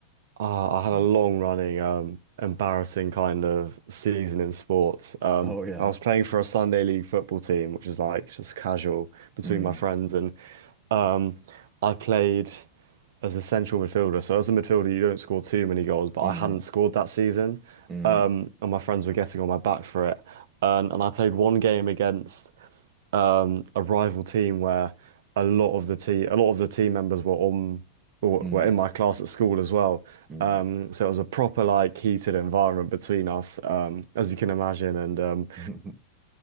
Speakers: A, on the right; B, on the right.
A: Ah, I had
B: Mm.
A: a long running um. Embarrassing kind of season in sports. Um,
B: Oh yeah.
A: I was playing for a Sunday league football team, which is like just casual between
B: Mm,
A: my friends, and Um, I played as a central midfielder. So as a midfielder, you don't score too many goals, but
B: mm,
A: I hadn't scored that season.
B: mm,
A: Um, and my friends were getting on my back for it. And, and I played one game against um, a rival team where a lot of the team, a lot of the team members were on or
B: mm,
A: were in my class at school as well.
B: mm,
A: Um, so it was a proper like heated environment between us, um, as you can imagine. And um,
B: mm. <laughs>